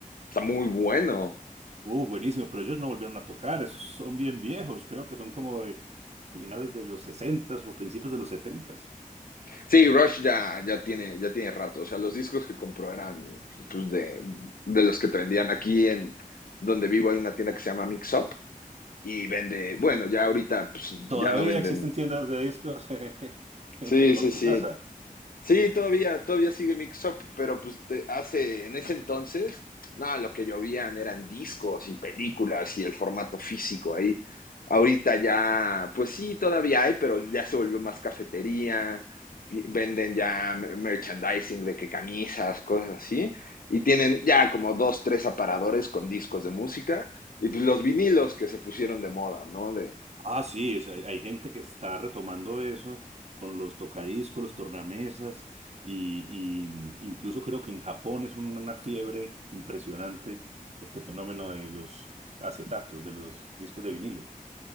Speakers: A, on the left; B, on the right.
A: está muy bueno.
B: Uh, buenísimo, pero ellos no volvieron a tocar, esos son bien viejos, creo que son como de finales de los sesentas o principios de los setentas.
A: Sí, Rush ya, ya tiene, ya tiene rato. O sea, los discos que compró eran pues, de, de los que te vendían aquí en donde vivo hay una tienda que se llama Mix Up y vende, bueno, ya ahorita pues,
B: Todavía
A: ya no venden.
B: existen tiendas de discos <laughs> en-
A: Sí,
B: por
A: sí, sí,
B: tu casa.
A: Sí, todavía, todavía sigue Mix Up, pero pues te- hace, en ese entonces, no, lo que llovían eran discos y películas y el formato físico ahí. Ahorita ya, pues sí, todavía hay, pero ya se volvió más cafetería, y venden ya mer- merchandising de que camisas, cosas así, y tienen ya como dos, tres aparadores con discos de música, y pues los vinilos que se pusieron de moda, ¿no?
B: Ah, sí, es- hay, hay gente que está retomando eso con los tocadiscos, los tornamesas, y, y, mm, incluso creo que en Japón es una, una fiebre impresionante este fenómeno de los acetatos, de los discos de vinilo.